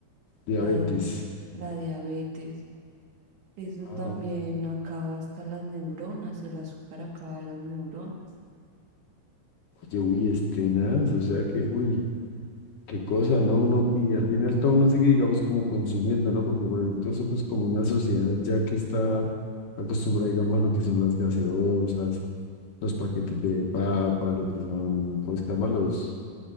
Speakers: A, on the left; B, on the right.
A: diabetes.
B: La, la diabetes. Eso
A: Ah,
B: también
A: ok.
B: acaba hasta las neuronas, el azúcar acaba las neuronas.
A: Oye, uy, es tenaz, o sea que, uy, qué cosa, ¿no? Uno, y al final todo uno sigue, digamos, como consumiendo, ¿no? Porque, por ejemplo, eso pues como una sociedad ya que está acostumbrada, digamos, a lo que son las gaseosas, los paquetes de papa, lo que son, ¿cómo se llama? Los,